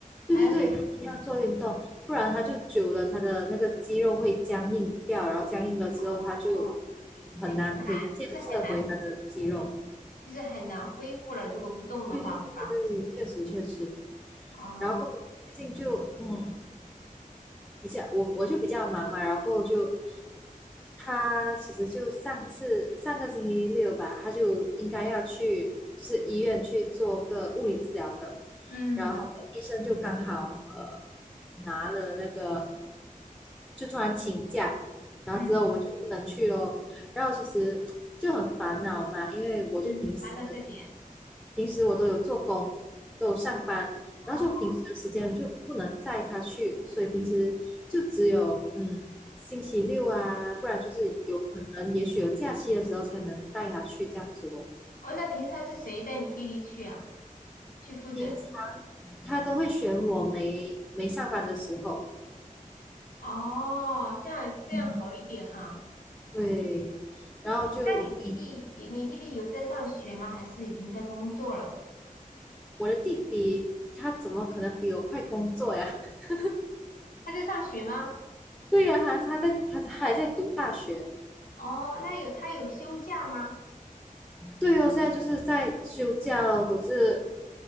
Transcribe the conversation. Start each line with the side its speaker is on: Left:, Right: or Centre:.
Centre: 对对对，
Left: 还要做，
Centre: 他一定要做运动，不然他就久了，他的那个肌肉会僵硬掉，然后僵硬了之后，
Left: 哦，
Centre: 他就嗯很难可以建设回他的肌肉。
Left: 就更难，就是很难，就是很难恢复了，如果不动的话，
Centre: 对对对对对，
Left: 是吧？
Centre: 确实确实。
Left: 哦，
Centre: 然后过后最近就嗯比较我我就比较忙嘛，然后就他其实就上次上个星期六吧，他就应该要去就是医院去做个物理治疗的，
Left: 嗯
Centre: 然后他的医生就刚好呃拿了那个就突然请假，然后之后我们就不能去咯，
Left: 嗯
Centre: 然后其实就很烦恼嘛，因为我就平时
Left: 嗯，谈到这点，
Centre: 平时我都有做工，都有上班，
Left: 哦
Centre: 然后就平时的时间就不能载他去，所以平时就只有嗯星期六啊，不然就是有可能也许有假期的时候才能带他去这样子哦。
Left: 哦，那平常是谁带你弟弟去啊？去复诊？
Centre: 平常他都会选我没没上班的时候，
Left: 哦，这样这样好一点哈。
Centre: 嗯，对，然后就
Left: 那你弟弟，你你弟弟有在上学吗？还是已经在工作了？
Centre: 我的弟弟他怎么可能比我快工作呀？<laughs>
Left: 他在上学吗？
Centre: 对呀、他他在他还在读大学，
Left: 哦，那有他有休假吗？
Centre: 对哦，现在就是在休假咯，可是